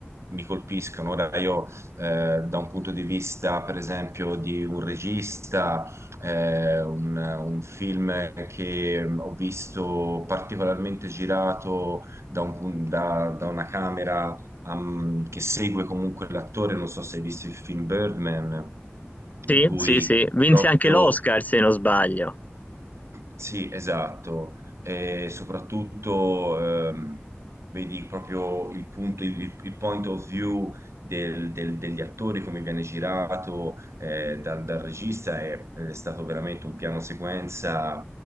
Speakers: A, on the right; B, on the left.
A: mi colpiscono. Ora io eh, da un punto di vista, per esempio, di un regista eh, un, un film che mm, ho visto particolarmente girato da, un pun- da- da una camera am, che segue comunque l'attore, non so se hai visto il film Birdman,
B: Sì,
A: in cui
B: sì, sì, vinse
A: proprio
B: anche l'Oscar se non sbaglio.
A: sì, esatto. E soprattutto ehm, vedi proprio il punto, il, il point of view del- del- degli attori, come viene girato eh, dal, dal regista, è, è stato veramente un piano sequenza